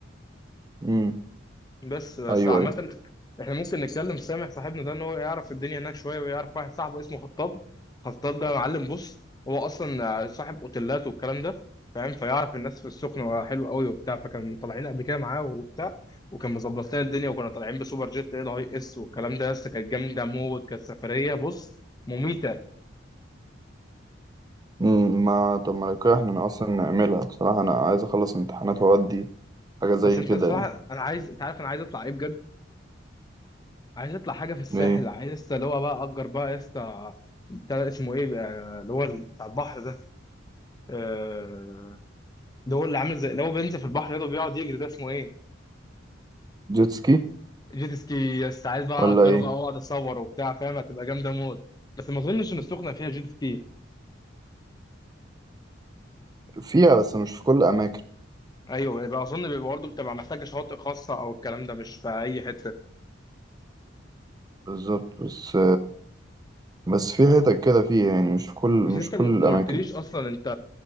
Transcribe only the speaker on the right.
امم
ايوه
ايوه
امم ما طب ما لو كده احنا أنا اصلا نعملها بصراحه انا عايز اخلص امتحانات واودي حاجه زي
كده
يعني
ايه
جيت سكي
ولا
ايه
فيها بس مش في كل الاماكن
بالظبط بس بس في حتت كده فيها يعني مش في كل مش
في كل
الاماكن